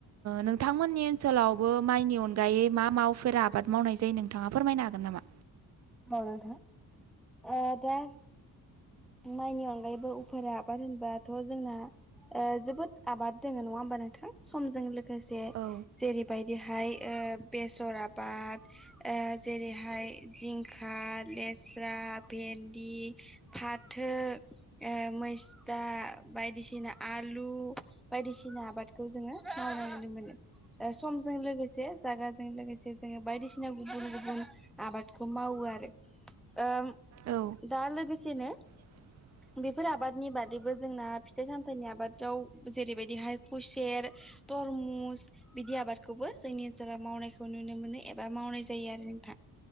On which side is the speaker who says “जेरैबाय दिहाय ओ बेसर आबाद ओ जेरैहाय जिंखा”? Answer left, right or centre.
Centre